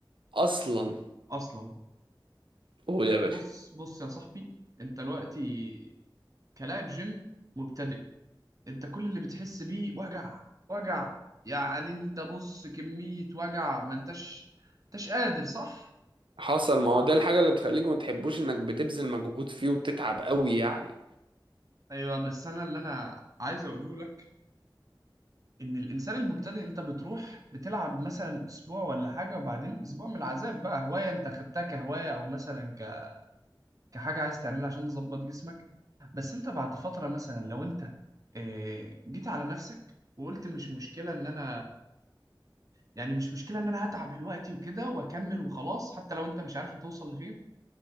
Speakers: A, on the right (about 85°); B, on the right (about 45°).
A: اصلا
B: اصلا
A: قول يا باشا
B: بص بص يا صاحبي انت دلوقتي كلاعب جيم مبتدئ انت كل اللي بتحس بيه وجع وجع يعني انت بص كمية وجع ما انتش انتش قادر صح
A: حصل ما هو ده الحاجة اللي بتخليك ما تحبوش انك بتبذل مجهود فيه وبتتعب قوي يعني
B: ايوه بس انا اللي انا عايز اقوله لك ان الانسان المبتدئ انت بتروح بتلعب مثلا اسبوع ولا حاجه وبعدين اسبوع من العذاب بقى هوايه انت خدتها كهوايه او مثلا ك... كحاجه عايز تعملها عشان تظبط جسمك بس انت بعد فتره مثلا لو انت آه، جيت على نفسك وقلت مش مشكله ان انا يعني مش مشكله ان انا هتعب دلوقتي وكده واكمل وخلاص حتى لو انت مش عارف هتوصل لفين